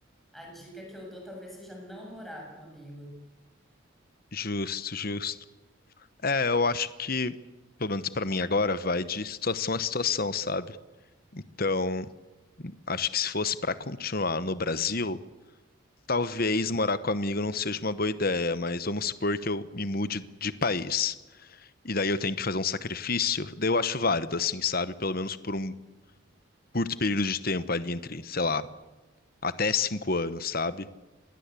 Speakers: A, in the centre; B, on the left.
A: a dica que eu dou talvez seja não morar com um amigo,
B: Justo, justo. É, eu acho que, pelo menos pra mim agora, vai de situação a situação, sabe? Então, acho que se fosse pra continuar no Brasil, talvez morar com amigo não seja uma boa ideia, mas vamos supor que eu me mude de país. E daí eu tenho que fazer um sacrifício, daí eu acho válido, assim, sabe? Pelo menos por um curto período de tempo ali entre, sei lá, até cinco anos, sabe?